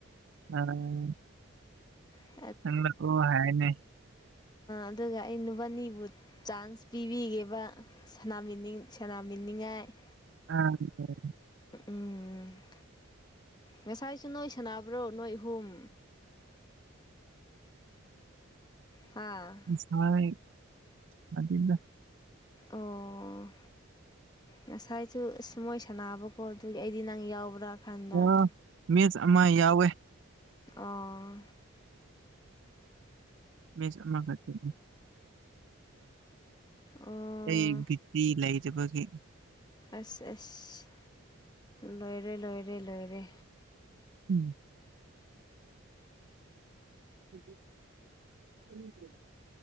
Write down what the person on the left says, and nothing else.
ꯑ <unintelligible> <inaudible>
ꯑꯗꯨꯒ ꯑꯩ ꯅꯨꯄꯥꯅꯤꯕꯨ ꯆꯥꯟꯁ ꯄꯤꯕꯤꯒꯦꯕ ꯁꯅꯥꯃꯤꯅꯤꯡꯉꯥꯏ ꯇꯏ
ꯎꯝ ꯉꯁꯥꯏꯁꯨ ꯅꯣꯏ ꯁꯥꯟꯅꯕ꯭ꯔꯣ ꯅꯣꯏ ꯑꯍꯨꯝ ꯍꯥ
ꯑꯣ ꯉꯁꯥꯏꯁꯨ ꯑꯁ ꯃꯣꯏ ꯁꯥꯟꯅꯥꯅꯕꯀꯣ ꯑꯗꯨꯒꯤ ꯑꯩꯗꯤ ꯅꯪ ꯌꯥꯎꯕ꯭ꯔꯥ ꯈꯟꯕ
ꯑꯥ
ꯑꯣ
ꯑꯁ ꯑꯁ ꯂꯣꯏꯔꯦ ꯂꯣꯏꯔꯦ ꯂꯣꯏꯔꯦ